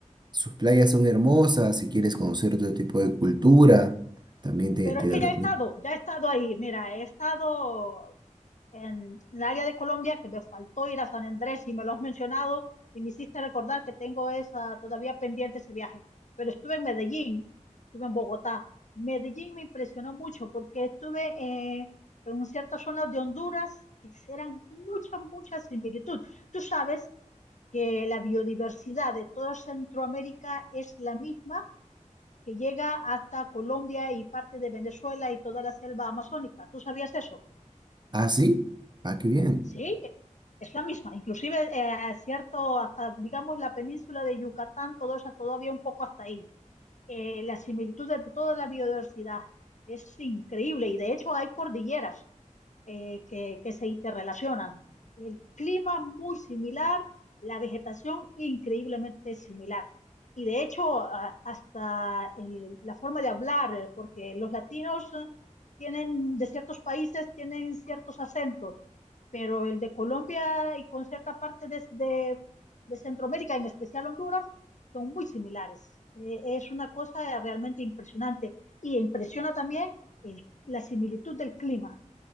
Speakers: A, on the right; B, on the left.
A: sus playas son hermosas, si quieres conocer otro tipo de cultura, también te,
B: pero
A: te
B: es que
A: lo
B: ya
A: recomiendo.
B: he estado, ya he estado ahí. Mira, he estado en el área de Colombia que me faltó ir a San Andrés y me lo has mencionado y me hiciste recordar que tengo esa todavía pendiente ese viaje. Pero estuve en Medellín, estuve en Bogotá. Medellín me impresionó mucho porque estuve eh, en ciertas zonas de Honduras que eran mucha, mucha similitud. Tú sabes que la biodiversidad de toda Centroamérica es la misma que llega hasta Colombia y parte de Venezuela y toda la selva amazónica. ¿Tú sabías eso?
A: ¿Ah, sí? Ah, qué bien.
B: Sí, es la misma. Inclusive, eh, cierto, hasta, digamos, la península de Yucatán, todo eso todavía un poco hasta ahí. Eh, la similitud de toda la biodiversidad es increíble y de hecho hay cordilleras. eh, que, que se interrelacionan. El clima muy similar, la vegetación increíblemente similar. Y de hecho, a- hasta el- la forma de hablar, eh, porque los latinos eh, tienen, de ciertos países, tienen ciertos acentos, pero el de Colombia y con cierta parte de, de- de Centroamérica, en especial Honduras, son muy similares. Eh, es una cosa realmente impresionante. Y impresiona también el- la similitud del clima